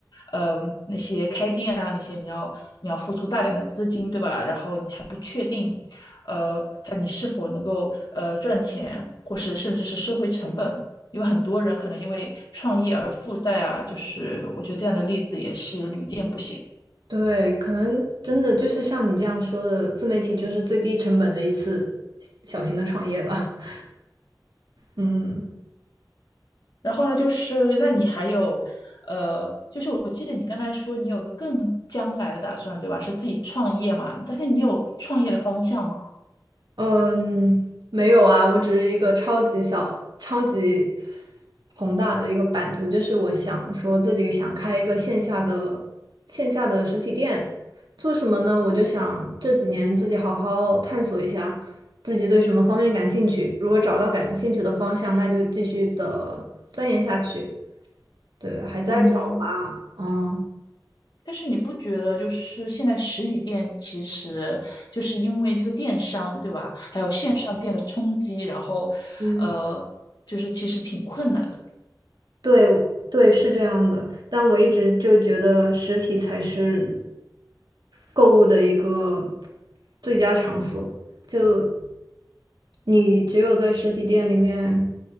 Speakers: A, on the left; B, on the right.
A: 呃，那些开店啊，那些你要你要付出大量的资金，对吧？然后你还不确定呃，看你是否能够呃赚钱，或是甚至是收回成本。因为很多人可能因为创业而负债啊，就是我觉得这样的例子也是屡见不鲜。
B: 对，可能真的就是像你这样说的，自媒体就是最低成本的一次小型的创业吧。<laughs> 嗯。
A: 然后呢，就是那你还有，呃，就是我记得你刚才说你有个更将来的打算，对吧？是自己创业嘛？但是你有创业的方向吗？
B: 嗯，没有啊，我只是一个超级小、超级宏大的一个版图，就是我想说自己想开一个线下的线下的实体店，做什么呢？我就想这几年自己好好探索一下自己对什么方面感兴趣，如果找到感兴趣的方向，那就继续的钻研下去。对，还在找吧，
A: 嗯。
B: 嗯。
A: 但是你不觉得就是现在实体店其实就是因为那个电商，对吧？还有线上店的冲击，然后，
B: 嗯。
A: 呃，就是其实挺困难的。
B: 对对，是这样的，但我一直就觉得实体才是购物的一个最佳场所。就你只有在实体店里面